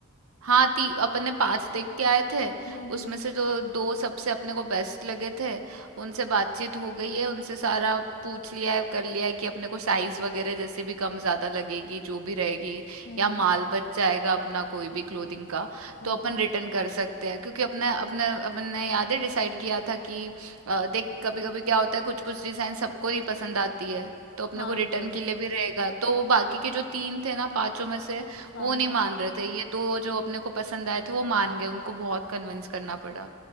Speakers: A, on the right (about 70°); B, on the left (about 50°).
A: हाँ ती अपन ने पांच देख के आए थे
B: हम्म हम्म
A: उसमें से जो दो सबसे अपने को बेस्ट लगे थे उनसे बातचीत हो गई है उनसे सारा पूछ लिया है कर लिया है कि अपने को साइज वगैरह जैसे भी कम ज्यादा लगेगी जो भी रहेगी
B: हम्म हम्म
A: या माल
B: हम्म
A: बच जाएगा अपना कोई भी क्लोथिंग का
B: हम्म,
A: तो अपन
B: हम्म,
A: रिटर्न कर सकते हैं क्योंकि अपने अपने अपन ने याद है डिसाइड किया था कि अ, देख कभी कभी क्या होता है कुछ कुछ डिजाइन सबको नहीं पसंद आती है तो अपने
B: हाँ
A: को रिटर्न
B: वही
A: के लिए भी रहेगा तो वो बाकी के जो तीन थे ना पांचों में से
B: हाँ
A: वो नहीं
B: हाँ
A: मान रहे थे ये दो जो अपने को पसंद आए थे वो मान गए उनको बहुत कन्विंस करना पड़ा